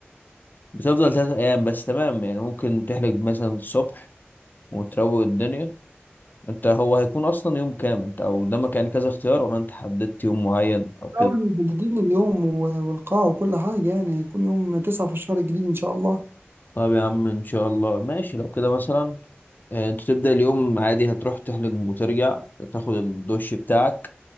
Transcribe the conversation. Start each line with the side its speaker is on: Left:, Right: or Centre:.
Left: بتفضل ثلاث أيام بس تمام يعني ممكن تحلق مثلا الصبح وتروق الدنيا انت هو هيكون اصلا يوم كام انت او قدامك يعني كذا اختيار ولا انت حددت يوم معين او كده
Right: طبعا محددين اليوم و- والقاعة وكل حاجة يعني هيكون يوم تسعة في الشهر الجديد إن شاء الله
Left: طب يا عم ان شاء الله ماشي لو كده مثلا آه، انت تبدأ اليوم عادي هتروح تحلق وترجع تاخد الدش بتاعك